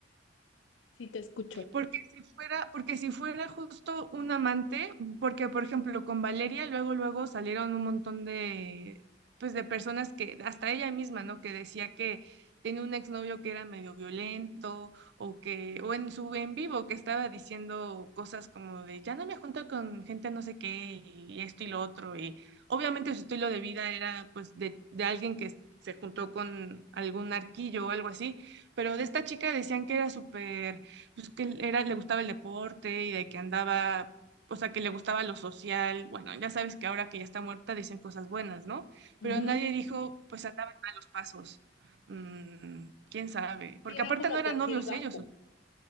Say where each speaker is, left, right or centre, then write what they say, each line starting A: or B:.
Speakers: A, on the left; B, on the right.
A: sí te escucho.
B: Porque si fuera, porque si fuera justo un amante, porque por ejemplo con Valeria luego luego salieron un montón de pues de personas que hasta ella misma, ¿no? Que decía que tenía un exnovio que era medio violento o que o en su en vivo que estaba diciendo cosas como de ya no me junto con gente no sé qué y esto y lo otro y obviamente su estilo de vida era pues de, de alguien que se juntó con algún arquillo o algo así, pero de esta chica decían que era súper pues que él era, le gustaba el deporte y de que andaba, o sea, que le gustaba lo social. Bueno, ya sabes que ahora que ya está muerta dicen cosas buenas, ¿no?
A: Ujú.
B: Pero nadie dijo, pues andaban a los pasos. Mm, quién sabe, porque
A: Sí, eran
B: aparte
A: como
B: no eran
A: perfil
B: novios
A: bajo,
B: ellos. o-